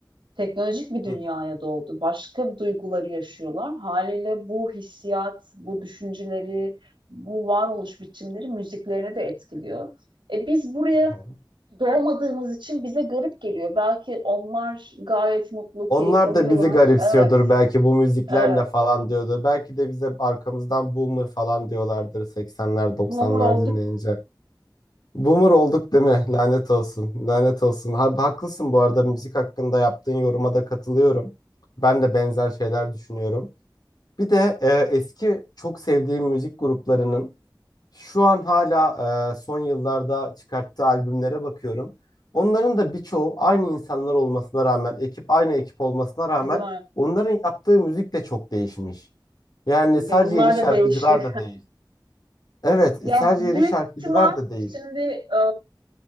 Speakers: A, on the right; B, on the left.
A: teknolojik bir dünyaya
B: Hı
A: doğdu. Başka duyguları yaşıyorlar. Haliyle bu hissiyat, bu düşünceleri, bu varoluş biçimleri müziklerine de etkiliyor. E biz buraya
B: hı. hı.
A: doğmadığımız için bize garip geliyor. Belki onlar gayet mutlu,
B: Onlar
A: keyif alıyorlar.
B: da bizi garipsiyordur
A: Evet,
B: belki bu müzikler
A: evet.
B: ne falan diyordur. Belki de bize arkamızdan boomer falan diyorlardır 80'ler 90'lar
A: Boomer olduk.
B: dinleyince. Boomer olduk değil mi? Lanet olsun. Lanet olsun. Ha, haklısın bu arada müzik hakkında yaptığın yoruma da katılıyorum. Ben de benzer şeyler düşünüyorum. Bir de e, eski çok sevdiğim müzik gruplarının şu an hala e, son yıllarda çıkarttığı albümlere bakıyorum. Onların da birçoğu aynı insanlar olmasına rağmen, ekip aynı ekip olmasına rağmen
A: Tadı
B: onların yaptığı müzik de çok değişmiş. Yani
A: Bunlar
B: sadece yeni şarkıcılar
A: da değişti.
B: da değil. Evet,
A: Ya
B: sadece
A: büyük
B: yeni şarkıcılar
A: ihtimal
B: da değil.
A: şimdi e,